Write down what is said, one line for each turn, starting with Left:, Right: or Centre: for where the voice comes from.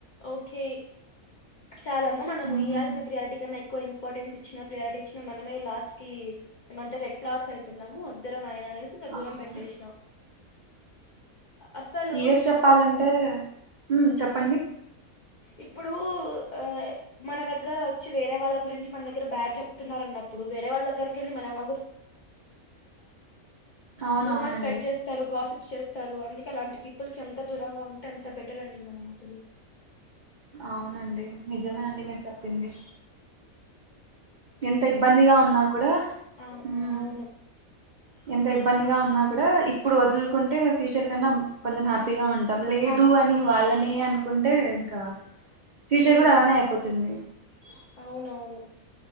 Left: ఓకే చాలా అమ్మా మనం
Right: ఉమ్,
Left: ఇయాల్స ప్రయారిటీ కన్నా ఎ ఎక్కువ ఇంపార్టెన్స్ ఇచ్చినా ప్రయారిటీ ఇచ్చినా మనమే లాస్ట్ కి ఏమంటే రెడ్ ఫ్లవర్స్ అవుతున్నాము ఇద్దరం ఆయన అనేసి ఇంకా దూరం
Right: ఆ,
Left: పెట్టేసినాం అసలు
Right: సీరియస్
Left: నిజంగా
Right: చెప్పాలంటే
Left: మనం
Right: మ్మ్ చెప్పండి
Left: ఇప్పుడు ఆ మన దగ్గర వచ్చి వేరే వాళ్ళ గురించి మన దగ్గర బ్యాడ్ చెప్తున్నారు అన్నప్పుడు వేరే వాళ్ళ దగ్గరికి కెళ్ళి మనం
Right: అవునవునండి
Left: రూమర్ స్ప్రెడ్ చేస్తారు గాసిప్ చేస్తారు అందుకే అలాంటి పీపుల్ క ఎంత దూరంగా ఉంటే అంత బెటర్ అండి మనం అసలు
Right: అవునండి నిజమే అండి మీరు చెప్పింది ఎంత ఇబ్బందిగా ఉన్నా కూడా
Left: ఆ
Right: హమ్
Left: అవును
Right: ఎంత ఇబ్బందిగా ఉన్నా కూడా ఇప్పుడు వదులుకుంటే ఫ్యూచర్ కన్నా కొంచెం హ్యాపీగా ఉంటుంది ం లేదు
Left: హ్యాపీగా
Right: అని
Left: ఉంటాం
Right: వాళ్ళనే అను కుంటే ఇంకా ఫ్యూచర్
Left: ఉమ్
Right: కూడా అలానే అయిపోతుంది త
Left: అవునవును